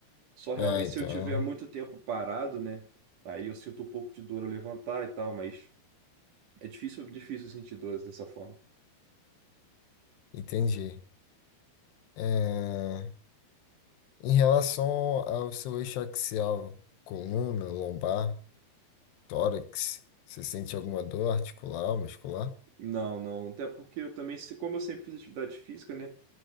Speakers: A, on the right; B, on the left.
A: Só realmente
B: Ah, então,
A: se eu tiver muito tempo parado, né, aí eu sinto um pouco de dor ao levantar e tal, mas é difícil, difícil sentir dores dessa forma.
B: entendi. É, em relação ao seu eixo axial, coluna, lombar, tórax, você sente alguma dor articular, muscular?
A: Não, não. Até porque eu também, se- como eu sempre fiz atividade física, né?